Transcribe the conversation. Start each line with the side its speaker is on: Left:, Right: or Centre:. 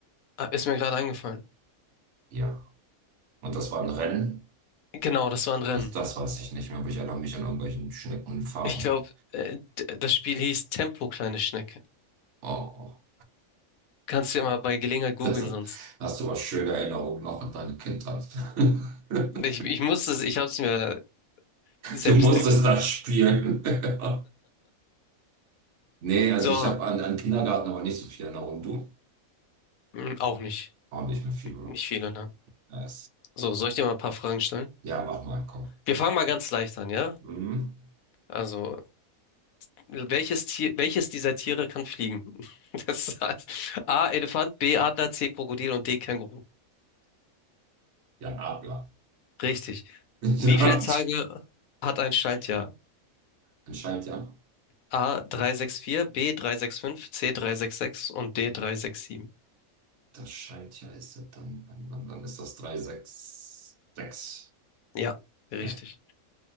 Left: Ah, Ist mir gerade eingefallen.
Right: ja. Und das war ein Rennen?
Left: Genau, das war ein Rennen.
Right: Das, das weiß ich nicht mehr, aber ich erinnere mich an irgendwelchen Schneckenfahren,
Left: Ich glaube,
Right: ja.
Left: äh, d- das Spiel hieß Tempo, kleine Schnecke.
Right: Oh.
Left: Kannst du ja mal bei Gelegenheit googeln
Right: Das
Left: sonst.
Right: hast du aber schöne Erinnerungen noch an deine Kindheit. <laughs>
Left: Ich, ich musste es, ich habe es mir selbst
Right: Du musstest
Left: ergoogelt.
Right: das spielen. <laughs> Nee, also
Left: So,
Right: ich habe an, an Kindergarten aber nicht so viel Erinnerung. Du?
Left: mh, auch nicht.
Right: Auch nicht mehr viel, oder?
Left: Nicht viele, ne?
Right: Ja,
Left: So, soll ich dir mal ein paar Fragen stellen?
Right: ja, mach mal, komm.
Left: Wir fangen mal ganz leicht an, ja?
Right: Mhm.
Left: Also, Welches Tier, welches dieser Tiere kann fliegen? <laughs> Das heißt, A. Elefant, B. Adler, C. Krokodil und D. Känguru.
Right: Jan Adler.
Left: Richtig.
Right: <laughs>
Left: Wie
Right: Ja,
Left: viele Tage hat ein Schaltjahr?
Right: ein Schaltjahr.
Left: A. 364, B. 365, C. 366 und D. 367.
Right: Das Schaltjahr ist ja dann, dann, dann dann ist das 366.
Left: Ja, richtig.
Right: Ja.